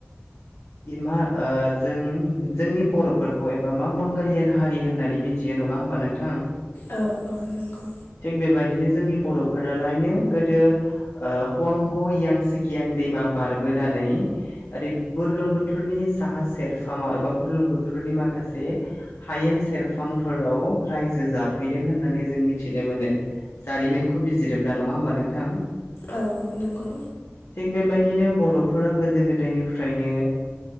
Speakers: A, on the left (about 90°); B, on the left (about 65°).
A: मा जों जोंनि बर'फोरखौ एबा मा मंगलियान हारि होननानै मिथि मिथियो नङा होमबा नोंथां
B: औ औ नंगौ
A: थिग बेबायदिनो जोंनि बर'फोरालायनो गोदो हवां ह यां सिकियां दैमा बारबोनानै ओरै बुरलुंबुथुरनि साहा सेरफाङाव एबा बुरलुं बोथोरनि माखा माखासे हायेन सेरफांफोराव रायजो जाब फैदों होननानै जों मिथिनो मोनो जारिमिनखौ बिजिरोब्ला नङा होमबा नोंथां
B: औ नंगौ
A: थिग बेबायदिनो बर'फोरा गोदो गोदायनिफ्रायनो